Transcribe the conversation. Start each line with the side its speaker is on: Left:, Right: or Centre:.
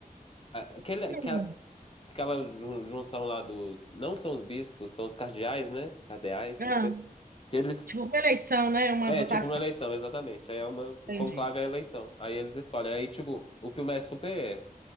Left: a- aquele, aquela,
Right: Hum.
Left: aquela jun- junção lá dos. Não são os bispos, são os cardeais, né? Cardeais,
Right: Ah,
Left: não sei. Que eles.
Right: tipo, uma eleição, né? Uma
Left: É,
Right: votação.
Left: tipo uma eleição, exatamente. Aí é uma, um
Right: Entendi.
Left: conclave é a eleição. Aí eles escolhem. Aí, tipo, o filme é super